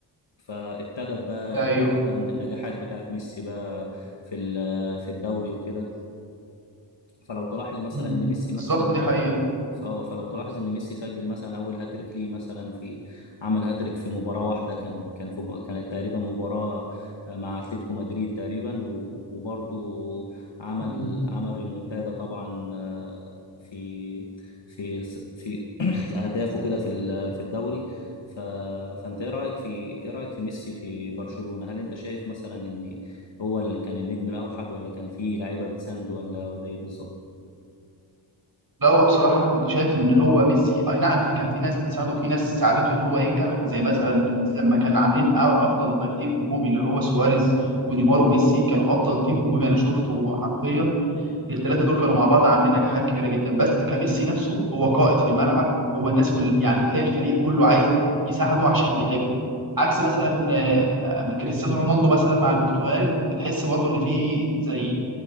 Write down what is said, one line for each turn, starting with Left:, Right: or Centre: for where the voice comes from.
Left: فابتدت بقى
Right: ايوه
Left: ابتدت بقى النجاحات بتاعت ميسي بقى في ال- في الدوري وكده فلو تلاحظ مثلا
Right: أمم.
Left: ان ميسي مثلا
Right: بالظبط دي
Left: في
Right: حقيقه
Left: ف- آه، فلو تلاحظ ان ميسي سجل مثلا اول هاتريك ليه مثلا في عمل هاتريك في مباراه واحده كان كان في كانت تقريبا مباراه آه، مع اتلتيكو مدريد تقريبا و- وبرضه عمل
Right: أمم.
Left: عمل ريمونتادا طبعا آه، في في في <coughs> <clears throat> اهدافه كده في ال- في الدوري ف... فانت ايه رايك في ايه رايك في ميسي في برشلونه هل انت شايف مثلا ان هو اللي كان النجم الاوحد ولا كان في لعيبه بتساند ولا ولا ايه بالظبط
Right: لا هو بصراحة أنا كنت شايف إن هو ميسي أي نعم في كان في ناس بتساعده وفي ناس ساعدته إن هو ينجح زي مثلا لما كان عاملين أ- أفضل تيم هجومي اللي هو سواريز ونيمار وميسي كانوا أفضل تيم هجومي أنا شفته حرفيا الثلاثه دول كانوا مع بعض عاملين نجاحات كبيره جدا بس كميسي نفسه هو قائد في الملعب هو الناس كل يعني تلاقي الفريق كله عايز يساعده عشان بيحبه عكس مثلا آه، كريستيانو رونالدو مثلا مع البرتغال بتحس برضه ان في زي